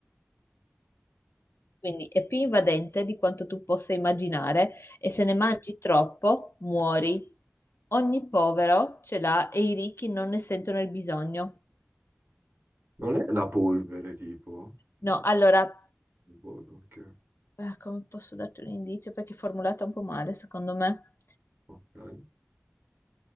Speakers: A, on the left; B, on the right.
A: Quindi è più invadente di quanto tu possa immaginare e se ne mangi troppo muori. Ogni povero ce l'ha e i ricchi non ne sentono il bisogno.
B: Non è la polvere, tipo? No,
A: No, allora,
B: non polvere, ok.
A: eh, come posso darti un indizio? Perché è formulata un po' male, secondo me.
B: Ok.